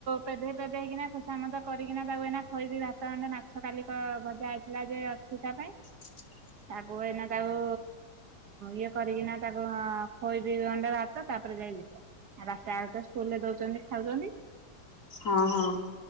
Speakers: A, on the right; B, on the left.
A: ପେଦେଇ ପେଧେଇକିନା ଖସାମତ କରିକିନା ତାକୁ ଏନା ଖୋଇବି ଭାତ ଖଣ୍ଡେ ନାଚ ଗତ କାିକ ମଜା ହେଇଥିଲା ଯେ ଅଛି ତା ପାଇଁ।
B: <inaudible>
A: ତାକୁ ଏନା ତାକୁ ଇଏ କରିକିନା ତାକୁ ଖୋଇବି ଗଣ୍ଡା ଭାତ ତାପରେ ଯାଇ ଯିବ। ଆଉ ରାତି ଆରଟା ସ୍କୁଲ ରେ ଦଉଛନ୍ତି ଖାଉଛନ୍ତି।
B: ହଁ ହଁ।